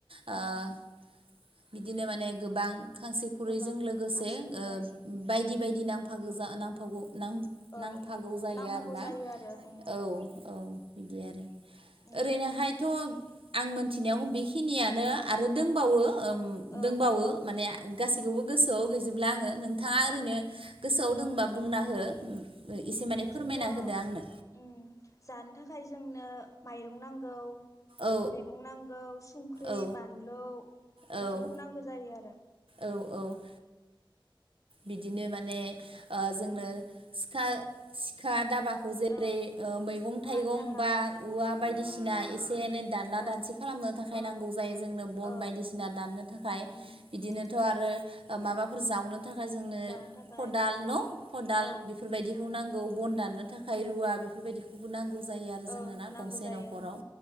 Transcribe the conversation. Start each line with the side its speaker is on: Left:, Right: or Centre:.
Right: ओ
Left: उम
Right: बिदिनो माने गोबां खांसि खुरैजों
Left: गोबां
Right: लोगोसे
Left: खानसिखुरै
Right: ओ बायदि बायदि नांफागो जा नांफागौ नां
Left: औ
Right: नांफागौ जायो
Left: नांफागौ
Right: आरोना
Left: जायो आरो उम
Right: औ औ बिदि आरो ओरैनोहायथ'
Left: उम
Right: आं मोनथिनायाव बेखिनियानो आरो दंबावो
Left: औ
Right: ओम
Left: औ
Right: दंबावो माने
Left: उम
Right: गासैखौबो गोसोआव गैजोबला आङो नोंथाङा ओरैनो
Left: औ
Right: गोसोआव बुंबा बुंना हो एसे माने
Left: बिदिनोथ'
Right: फोरमायना होदो आंनो
Left: ओम जानो थाखाय जोंनो माइरं नांगौ
Right: औ
Left: मैगं नांगौ संख्रि
Right: औ
Left: बानलु
Right: औ
Left: बेफोरखौ नांगौ जायो आरो।
Right: औ औ। बिदिनो माने ओ जोंनो
Left: उम
Right: सिखा सिखा धाबाखौ जेरै
Left: औ
Right: मैगं थाइगं
Left: हानो थाखाय
Right: बा औवा बायदिसिना
Left: औ
Right: एसे दानला
Left: औ
Right: दानसि खालामनो थाखाय
Left: औ
Right: नांगौ जायो जोंनो बन
Left: औ
Right: बायदिसिना दाननो थाखाय
Left: उम
Right: इदिनोथ'
Left: औ
Right: आरो माबाफोर जावनो थाखाय जोंनो
Left: जावनो थाखाय
Right: खदाल
Left: उम
Right: न' खदाल
Left: औ
Right: बेफोरबायदिखौ
Left: उम
Right: नांगौ बन दाननो थाखाय रुवा बेफोरबायदिखौबो नांगौ नांगौ जायो आरो जोंनोना
Left: औ नांगौ
Right: गंसे
Left: जायो
Right: न'खराव